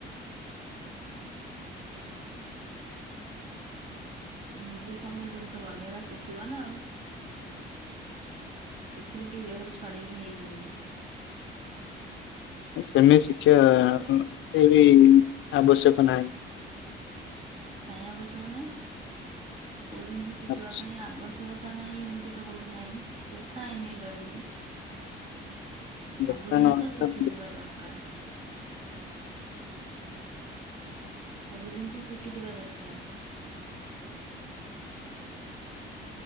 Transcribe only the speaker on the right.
ନିଜେ ସବୁ ଜିନିଷ ବନେଇବା ଶିଖିବ ନା ଆଉ। ଶିଖିଲେ କି ଦେହରୁ ଛଡେଇକି ନେଇ ଯିବେନି।
କାଇଁ ଆବଶ୍ୟକ ନାହିଁ। କୋଉ ଜିନିଷ ଶିଖିବା
ପାଇଁ ଆବଶ୍ୟକ କତା ନାହିଁ ଏମିତି ତ କୋଉଠି ନାହିଁ ଲେଖା ହେଇନି ଏଇଟା କୋଉଠି। ସବୁ
ଜିନିଷ
ଶିଖିଯିବା ଦରକାର। ସବୁ ଜିନିଷ ଶିଖିଥିବା ଦରକାର।